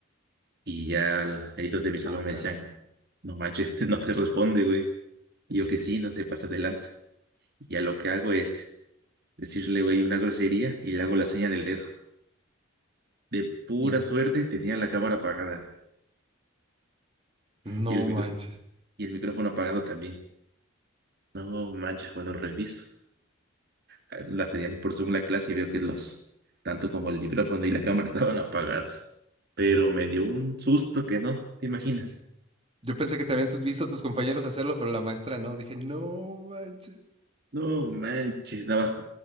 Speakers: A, on the right (about 50°); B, on the right (about 30°).
A: Y ya la- ahí los de mi salón
B: Ah, caray.
A: me decían, no manches, este no te responde, güey. Y yo que sí, no se pasa adelante. Y ya lo que hago es decirle, güey, una grosería y le hago la seña del dedo. De pura
B: Y
A: suerte tenía la cámara apagada
B: no
A: y el micro
B: manches.
A: y el micrófono apagado también. No manches, cuando reviso. eh, Las teníamos por Zoom la clase y veo que los, tanto como el micrófono y la cámara <laughs> estaban apagados. Pero me dio un susto que no, ¿te imaginas?
B: Yo pensé que te habían tu- visto a tus compañeros hacerlo, pero la maestra no. Dije, no manches.
A: No manches, nada más.